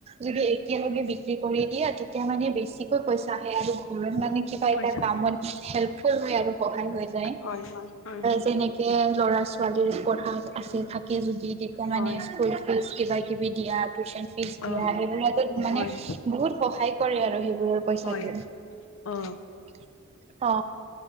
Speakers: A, on the right; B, on the left.
A: যদি এতিয়ালৈকে বিক্ৰী কৰি দিয়ে তেতিয়া মানে বেছিকৈ পইচা আহে আৰু ঘৰত মানে কিবা
B: পইচা
A: এ কামত
B: আহে।
A: হেল্পফুল হয় আৰু সহায় হৈ যায়
B: হয় হয় হয়।
A: যেনেকে ল'ৰা ছোৱালী পঢ়া আছে থাকে যদি তেতিয়া মানে
B: হয়
A: স্কুল ফিজ কিবা কিবি দিয়াত টিউচন ফিজ দিয়া
B: অ
A: সেইবোৰতো মানে
B: হয়
A: বহুত সহায় কৰে আৰু সেইবোৰৰ পইচাটো
B: হয় অ
A: অ